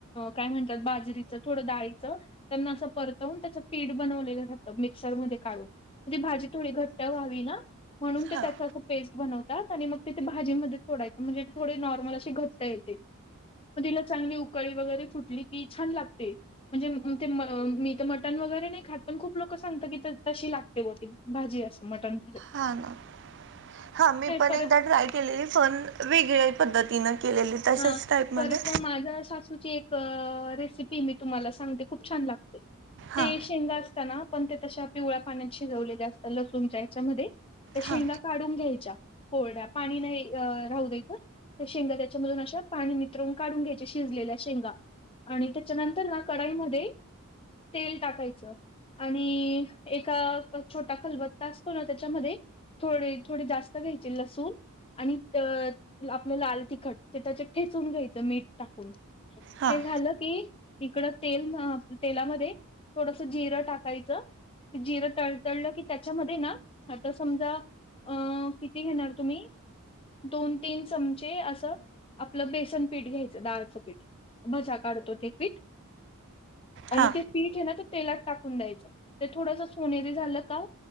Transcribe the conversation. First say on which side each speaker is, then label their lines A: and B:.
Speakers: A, on the left (about 25°); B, on the right (about 55°).
A: काय म्हण बाजरीच थोडं दाळीच त्यांना असं परतवून त्याच पीठ बनवलेलं रातं मिक्सर मध्ये काढून. ती भाजी थोडी घट्ट व्हावी ना. म्हणून
B: हां
A: ते त्याच असं पेस्ट बनवतात. आणि मग ते त्या भाजीमध्ये सोडायचं म्हणजे थोडी नॉर्मल अशी घट येते. ते म तिला चांगली उकळी वगैरे फुटली की छान लागते. म्हणजे ते म मी त मटन वगैरे नाही खात पण खूप लोक सांगत की तशी लागते बा ती भाजी अस मटन.
B: हा ना. हा मी पण
A: परत
B: एकदा ट्राय केलेली पण वेगळ्या पद्धतीने केलेली. तशाच
A: हा
B: टाईपमध्ये
A: परत म माझ अस अशीच एक रेसिपीये. मी तुम्हाला सांगते खूप छान लागते.
B: हां
A: ते शेंगाच पण ते तश पिवळ्या पाण्यात शिजवलेल्या असतात लसूणच्या याच्यामध्ये त्या शेंगा
B: हां
A: काढून घ्यायच्या कोरड्या पाणी नाही राहू द्यायच त्या शेंगा त्या त्याच्या मधून अशा पाणी नित्रून काढून घ्यायच्या. शिजलेल्या शेंगा. आणि त्याच्यानंतर ना कढाईमध्ये तेल टाकायचं. आणि एका छोटा खलबत्ता असतो ना त्याच्यामध्ये थोडे थोडे जास्त घ्यायचे लसूण आणि आपलं लाल तिखट. ते त्याच्या ठेचून घ्यायचं मीठ टाकून
B: हां
A: ते झालं की इकड तेल तेलामध्ये थोडस जिरं टाकायचं. ते जिरं तडतडलं की त्याच्यामध्ये ना आता समजा अ किती घेणार तुम्ही दोन तीन चमचे असं आपलं बेसन पीठ घ्यायचं डाळचं पीठ भजा काढतो ते पीठ. आणि
B: हां
A: ते पीठेना त तेलात टाकून द्यायचं ते थोडस सोनेरी झालं का